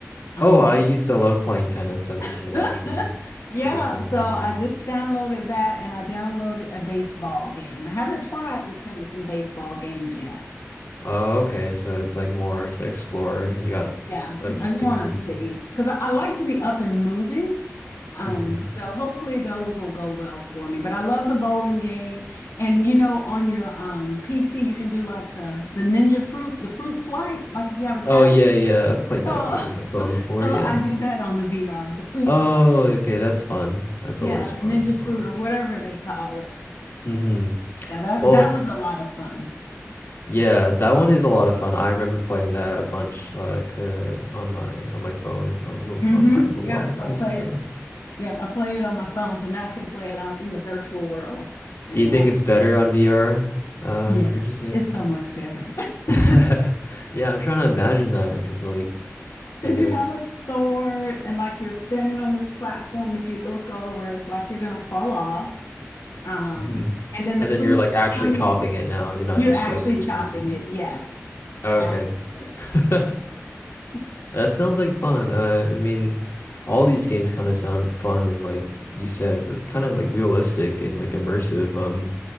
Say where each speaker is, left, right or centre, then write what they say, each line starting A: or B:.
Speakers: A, on the left (about 75°); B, on the left (about 55°).
A: Um,
B: Oh, I used to love playing tennis as
A: <laughs>
B: a kid, actually,
A: yeah,
B: which is kind of
A: so
B: funny.
A: I
B: yeah.
A: just downloaded that and I downloaded a baseball game. I haven't tried the tennis and baseball games yet.
B: Oh, okay. So it's like more to explore. You got
A: Yeah,
B: like
A: I just
B: things
A: want
B: ready.
A: to see, because I, I like to be up and moving. Um,
B: hmm
A: so hopefully those will go well for me. But I love the bowling game. And you know, on your um PC, you can do like the the ninja fruit, the fruit swipe, like if you have a tablet.
B: Oh yeah, yeah. I've played
A: So,
B: that game on my
A: <laughs>
B: phone
A: so
B: before.
A: I
B: Yeah.
A: do that on the VR, the fruit
B: Oh,
A: swipe.
B: okay. That's fun. That's
A: Yeah,
B: always
A: the
B: fun.
A: ninja
B: Um,
A: fruit or whatever they call it.
B: hmm
A: Yeah, that
B: Well,
A: that was a lot of fun.
B: yeah, that one is a lot of fun. I remember playing that a bunch like uh, on my on my phone on, mo-
A: Mm-hmm.
B: on my mobile
A: Yep,
B: device.
A: I played
B: So,
A: it. Yep, I played it on my phone, so now I can play it on in the virtual world and
B: do you think
A: actually.
B: it's better on VR? Uh,
A: Yes,
B: would you say?
A: it's so much better.
B: <laughs>
A: <laughs>
B: Yeah, I'm trying to imagine that because like
A: Because
B: I guess.
A: you have a sword and like you're standing on this platform, and if you look over, it's like you're gonna fall off. Um,
B: hmm
A: and then the
B: And
A: fruit
B: then you're like
A: is
B: actually
A: coming.
B: chopping it now. You're not
A: You're
B: just
A: actually
B: swiping your
A: chopping
B: finger.
A: it. Yes,
B: Okay.
A: absolutely.
B: <laughs>
A: <laughs>
B: That sounds like fun. Uh, I mean, all these games kind of sound fun and like you said, kind of like realistic and like immersive. Um,